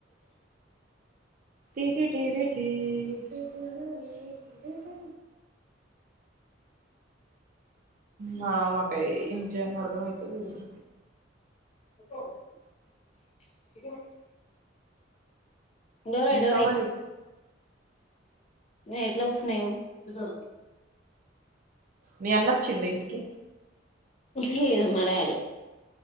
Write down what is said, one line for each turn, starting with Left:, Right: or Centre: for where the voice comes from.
Right: టి టి టి టి టి డి టి టి టి టి టి మామక్కై ఏంజేయాల్నో అర్థం అయితలేదు
Left: <inaudible> డోరెయ్
Right: ఇంకా
Left: డోరెయ్
Right: మరి
Left: నేను ఎట్లా కూసున్నా చూడు
Right: మీ అన్నోచ్చిండా ఇంటికి
Left: లేదు మా డాడి